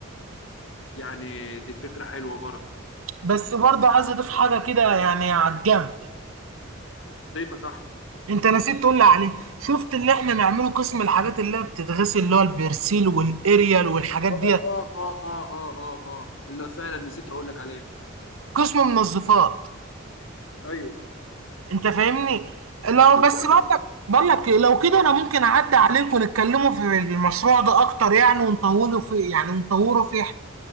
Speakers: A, on the left; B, on the right.
A: يعني دي فكره حلوه برضه
B: بس برضه عايز اضيف حاجه كده يعني على الجنب
A: ضيفه صح
B: انت نسيت تقول لي عليه شفت اللي احنا نعمله قسم الحاجات اللي هي بتتغسل اللي هو البرسيل والاريال والحاجات
A: اه
B: ديت
A: اه اه اه اه اه اه اللي فعلا نسيت اقول لك عليه
B: قسم منظفات
A: ايوه
B: انت فاهمني لو
A: طب
B: بس
A: بقول
B: بقول
A: لك إيه؟
B: لك بقول لك ايه، لو كده انا ممكن اعدي عليك ونتكلموا في المشروع ده اكتر يعني ونطوله فيه يعني ونطوره فيه